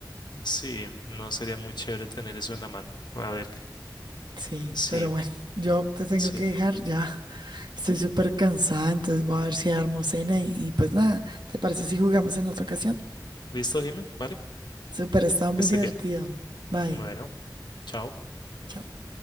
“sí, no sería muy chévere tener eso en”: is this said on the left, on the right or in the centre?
Left